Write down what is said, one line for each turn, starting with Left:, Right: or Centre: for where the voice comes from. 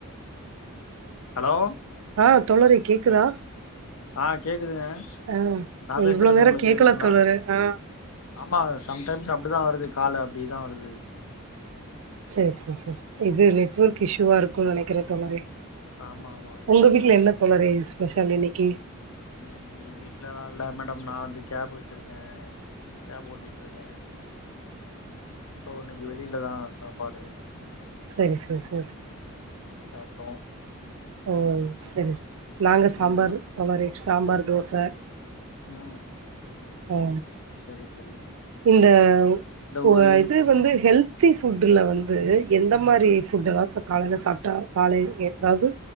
Left: ஹலோ
Right: ஆ தோழரே கேக்குதா?
Left: ஆ கேக்குதுங்க
Right: ஆ
Left: நா பேசுறது
Right: இவ்ளோ நேரோ
Left: உங்களுக்கு
Right: கேக்கல
Left: கேக்குதுங்களா
Right: தோழரே ஆ
Left: ஆமா சம்டைம்ஸ் அப்டிதா வருது காலு அப்டிதா வருது
Right: சேரி சேரி சேரி சே இது நெ ட்வொர்க் இஷ்யூவா இருக்குன்னு நெனைக்கிறே தோழரே
Left: ஆமா ஆமா அப்டிதா
Right: உங்க
Left: இருக்கு
Right: வீட்ல என்ன தோழரே இது ஸ்பெஷ லு இன்னக்கி
Left: இன்னக்கி வீட்லல்லா இல்ல மேடம் நா வந்து கேப் வச்சிருக்கே கேப் ஓட்டிட்டு இருக்கே சோ இன்னக்கி வெளிலதா சாப்பாடு ம்
Right: செரி செரி செ செ
Left: ப்ட்டோ
Right: ஓம் செரிசெரி நாங்க சாம்பார்
Left: ம்
Right: தளரி சாம்பார் தோச
Left: உ
Right: ஆ
Left: செரி சே
Right: இந்த உவ
Left: ஊரு
Right: இது வந்து ஹெல்தி ஃபுட்ல வந் து எந்த மாரி ஃபுட் எல்லா காலைல சாப்ட்டா கால எதாவது